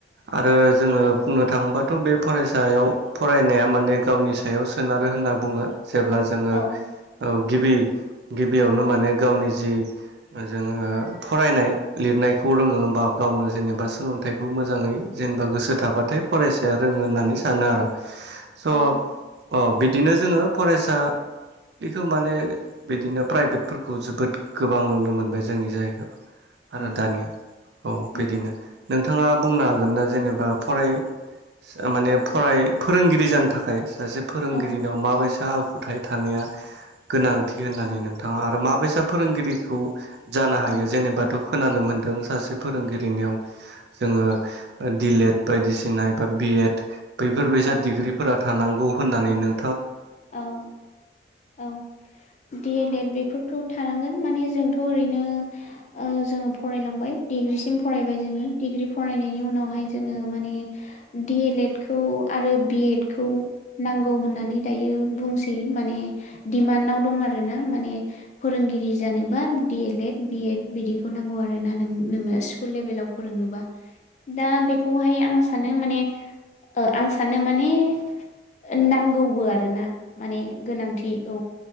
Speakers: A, on the right; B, on the left.
A: आरो जोङो बुंनो थाङोबाथ' बे फराय सायाव फरायनाया माने गावनि सायाव सोनारो होनना बुङो जेब्ला जोङो
B: औ
A: गिबि गिबियावनो
B: औ
A: माने गावनि जि जोङो फरायनाय लिरनायखौ रोङो बा गावनो जेनेबा सोलोंथाइखौ मोजाङै जेनेवा गोसो थाबाथाय फरायसाया रोङो होननानै सानो आरो स'
B: औ
A: बिदिनो जोङो फरायसा बेखौ माने बिदिनो प्राइभेटफोरखौ जोबोद गोबां नुयो जब मोनबाय जोंनि जायगायाव आरो
B: उम
A: दानिया औ
B: उम
A: बिदिनो नोंथाङा बुंनो हागोना जेनेबा फराय माने फराय फोरोंगिरि जानो थाखाय सासे फोरोंगिरिनाव
B: औ
A: माबायसा आखुथाय थानाया गोनांथि होननानै नोंथाङा आरो माबसा फोरोंगिरिखौ जानो हायो
B: औ
A: जेनेबाथ' खोनानो मोनदों सासे फोरोंगिरिनियाव जोङो दिलेएड बायदिसिना एबा बिएड बैफोरबायसा
B: औ
A: डिग्रिफोरा थानांगौ होननानै नों
B: औ औ रिलेएड बेफोरथ' थानांगोन माने जोंथ' ओरैनो ओ जोङो फरायलांबाय डिग्रिसिम फरायबाय जोङो डिग्रि फराय दिनैनि उनाव हाइ जोंङो माने माने दिड एल एड खौ आरो बि एड खौ नांगौ होननानै दायो बुंसै माने दिडिमानङाआव दं आर ना माने फोरोंगिरि जानोबा डि एलएड बि एड बिदिखौ नांगौ आरो ना नों नोंनो स्कुल लेभेलाव फोरोंनोबा। दा बेखौहाय आं सानो माने आं सानो माने नांगौबो आरो ना माने गोनांथि औ